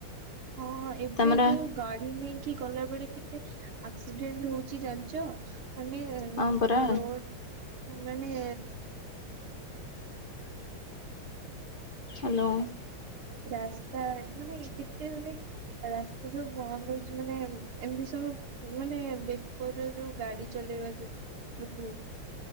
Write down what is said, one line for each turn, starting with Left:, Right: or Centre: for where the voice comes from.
Right: ହଁ ଏବେ
Left: ତମର
Right: ଯୋଉ ଗଗାଡ଼ି ନେଇକି ଗଲା ବେଳେ କେତେ ଆକ୍ସିଡେଣ୍ଟ ହଉଛି ଜାଣିଛ? ମାନେ
Left: ହଁ ପରା
Right: ରୋଡ଼ ମାନେ
Left: ହ୍ୟାଲୋ।
Right: ରାସ୍ତା ମାନେ କେତେ ମାନେ ରାସ୍ତା ସବୁ ବନ୍ଦ ହଉଛି ମାନେ ଏମିତି ସବୁ ମାନେ ବେପର ଯୋଉ ଗାଡି ଚଲେଇବା ଯୋଗୁ